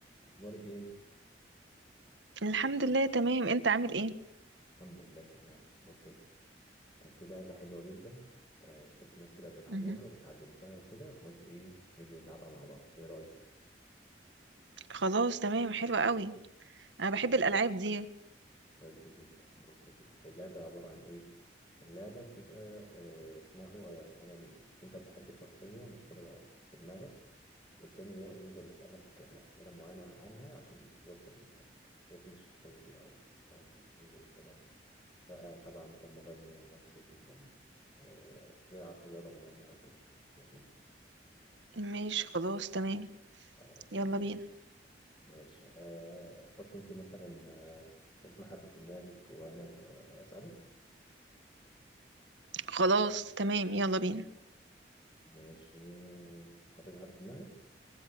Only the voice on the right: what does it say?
الحمد لله تمام انت عامل ايه
مهم.
خلاص تمام حلو قوي انا بحب
الالعاب دي
ماشي خلاص تمام
يلا
بينا
خلاص تمام يلا بينا